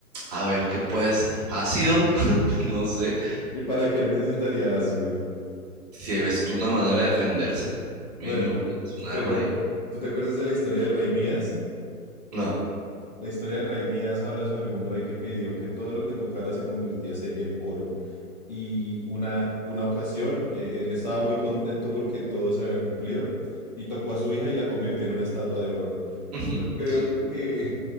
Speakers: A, on the right (about 25°); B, on the left (about 30°).
A: a ver, ¿qué puedes? Ácido, <laughs> no sé.
B: ¿Y para qué necesitaría ácido?
A: Si ves tú una manera de defenderse,
B: Bueno,
A: mínimo, tienes un arma
B: pero
A: ahí.
B: ¿tú te acuerdas de la historia del rey Midas?
A: No.
B: La historia del rey Midas habla sobre un rey que pidió que todo lo que tocara se convirtiese en oro. y una, una ocasión eh, él estaba muy contento porque todo se había cumplido y tocó a su hija y la convirtió en una estatua de oro.
A: Ujú,
B: Yo creo
A: Sí.
B: que,